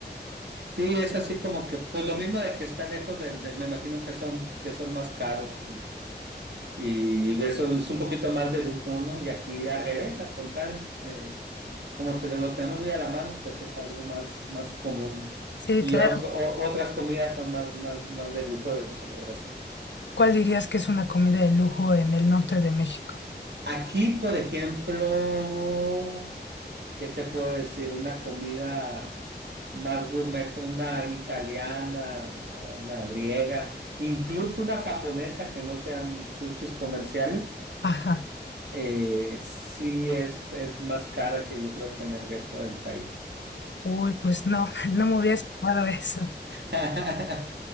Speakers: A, on the right (about 75°); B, on the left (about 85°).
A: Sí, es así como que, pues lo mismo de que está lejos del, del- me imagino que son, que son más caros y, y eso es un poquito más de lujo, ¿no? Y aquí al revés, al contrario, eh, como te, lo tenemos muy a la mano, pues es algo más, más común.
B: Sí,
A: Y
B: claro.
A: otro, o- otras comidas son más, más, más de lujo de celebración.
B: ¿Cuál dirías que es una comida de lujo en el norte de México?
A: Aquí, por ejemplo, ¿Qué te puedo decir? Una comida más gourmet, una italiana o una griega, incluso una japonesa que no sean sushis comerciales,
B: Ajá.
A: eh, sí es, es más cara que yo creo que en el resto del país.
B: Uy, pues no, <laughs> no me hubiera esperado eso.
A: <laughs>